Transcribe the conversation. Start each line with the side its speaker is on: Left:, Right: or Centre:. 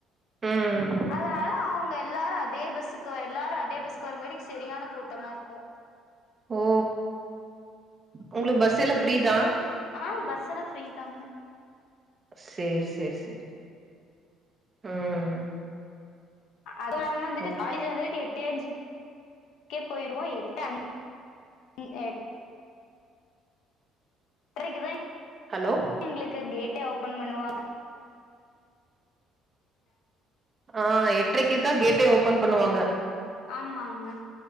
Right: ம்.
Left: அதனால அவங்க எல்லாரும் அதே பஸ்ஸுக்கு வ எல்லாரும் அதே பஸ்க்கு வருங்காட்டி செரியான கூட்டமா இருக்கும்
Right: ஓ உங்குளுக்கு பஸ் எல்லா ஃப்ரீதா
Left: ஆ பஸ் எல்லா ஃப்ரீதாங்க
Right: சேர் சேர் சேரி ம்
Left: அதுவும் நம் வந்துட்டு
Right: ஓகே.
Left: காலேஜ் வந்துட்டு எட்டேஞ்சு க்கே போயிருவோ எட்டு அஞ் ம் அ எட் ட்ரைக்கு தா
Right: ஹலோ?
Left: எங்குளுக்கு கேட் ட்டே ஓபன் பண்ணுவாங்க
Right: ஆ எட்ரைக்குதா கேட்டே ஓபன் பண்ணுவாங்க
Left: ஆம்மாங்க